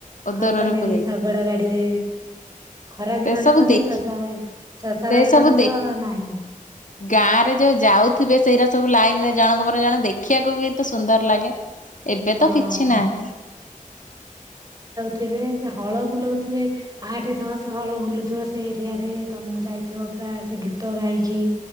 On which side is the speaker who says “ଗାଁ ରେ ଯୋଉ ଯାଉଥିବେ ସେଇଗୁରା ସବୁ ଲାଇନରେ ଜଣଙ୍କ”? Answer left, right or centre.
Left